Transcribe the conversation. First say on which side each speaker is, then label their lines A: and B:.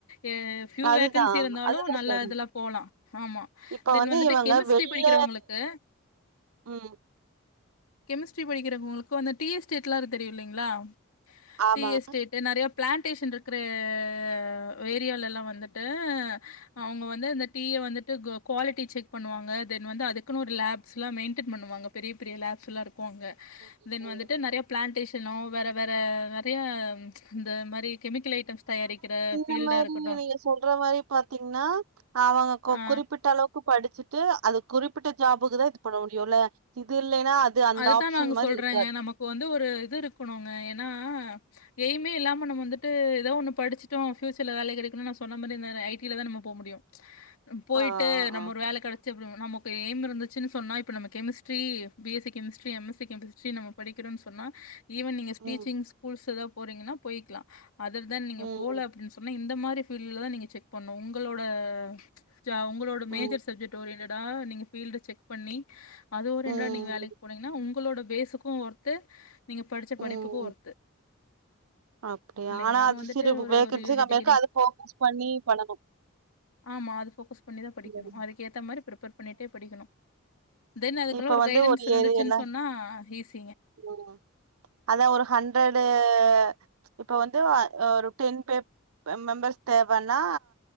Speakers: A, on the left; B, on the right.
A: எ ஃபியூ
B: அதுதா
A: வேக்கன்சி இருந்தாலு
B: அதுதா
A: நல்லா
B: சொல்றே
A: இதுல்லா போலா ஆமா
B: இப்ப
A: தென்
B: வந்து
A: வந்துட்டு
B: இவங்க
A: கெமிஸ்ட்ரி
B: வெளில
A: படிக்கிறவங்களுக்கு
B: ம்
A: கெமிஸ்ட்ரி படிக்கிறவங்களுக்கு அந்த டி எஸ்டேட்ல்லா இருக் தெரியு இல்லீங்களா
B: ஆமா
A: டி எஸ்டேட்டு நறையாப் பிளான்டேஷன் இருக்குற ஆஹ் எரியாலலா வந்துட்டு அவுங்க வந்து அந்த டிய வந்துட்டு கொ குவாலிட்டி செக் பண்ணுவாங்க தென் வந்து அதுக்குன்னு ஒரு லேப்லா மெயின்டெய்ன் பண்ணுவாங்க பெரிய பெரிய லாப்ஸ்லா இருக் கோங்க
B: ம்
A: தென் வந்துட்டு நறைய பிளான்டேஷ் ட்டனு வேற வேற நறைய இந்த மாரி கெமிக்கல் ஐட் ட்டம்ஸ் தயாரிக்கிற ஃபீல்டா
B: நம்ப
A: இருக்கட்டு
B: <unintelligible> சொல்ற மாரி பாத்தீங்னா அவங்க கொ
A: ஆ
B: குறிப்பிட்டளவுக்கு படிச்சிட்டு அது குறிப்பிட்ட ஜாபுக்கு தா இது பண்ண முடியுல்ல இது இல்லைன்னா அந்த
A: அது தா
B: ஆப்ஷன்
A: நாங்க
B: மாரி
A: சொல்றேங்க
B: இருக்காது.
A: நமக்கு வந்து ஒரு இது இருக்கணுங்க ஏனா அ எய்மே இல்லாம நம்ம வந்துட்டு எதோ ஒன்னு படிச்சிட்டோ ஃபியூச்சர்ல வேல கெடைக்கணு நா சொன்ன மாரி இந்த ஐ டி ல தா நம்ம போ முடியு உம் போய்ட்டு
B: ஆ,
A: நம்ம
B: ஆ, ஆ.
A: ஒரு வேல கெடச்சப்றோ நமக் இப்ப எய்ம் இருந்துச்சுன்னு சொன்னா இப்ப நம்ம chemistry B S C chemistry M S C chemistry நம்ம படிக்கறோன் சொன்னா ஈவன் நீங்க ஸ்பீச்சிங்
B: ம்,
A: ஸ்கூல்ஸ் எதா போறீங்கன்னா போய்க்கலா அதுல் தா நீங்க
B: ம்,
A: போல அப்டின் சொன்னா இந்த மாரி ஃபீல்ட்ல தா நீங்க செக் பண்ணு உங்களோட ஜா உங்களோட
B: ம்,
A: மேஜர்
B: ம்,
A: சப்ஜெக்ட் ஓரியன்ட்ட டா நீங்க ஃபீல்ட செக் பண்ணி அது ஒரியன்ட்டடா
B: ம்,
A: நீங்க வேலைக் போனீங்கன்னா உங்களோட பேஸுக்கு ஒர்த்து நீங்க படிச்ச
B: ம்.
A: படிப்புக்கு ஒர்த்து
B: அப்படியா?
A: இல்லீங்களா
B: ஆனா
A: நம்ம
B: அது
A: வந்துட்டு
B: சிறு
A: ஒரு
B: வேகன்சி
A: ஒரு யு ஜி
B: கம்மியா
A: டிகிரி
B: இருக்கு. அது ஃபோக்கஸ் பண்ணி பண்ணணும்.
A: ஆமா அது ஃபோக்கஸ் பண்ணி தா படிக்கணு
B: ம்.
A: அதுக்கேத்த மாரி ப்ரீப்பர் பண்ணிட்டே படிக்கணு தென் அதுக்கெல்லா
B: இப்ப
A: ஒரு
B: வந்து
A: கைடன்ஸ் இருந்துச்
B: ஏரியால
A: சின் சொன்னா ஹீஸ்
B: ம் அதா ஒரு ஹண்ட்ரடு ஆ இப்ப வந்து அ ஒருப் டென் பேப் அ மெம்பர்ஸ் தேவன்னா